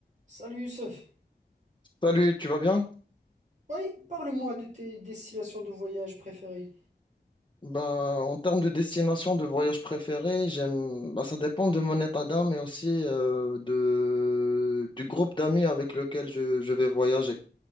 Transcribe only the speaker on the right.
Salut Youssef.
Oui, parle-moi de tes destinations de voyage préférées.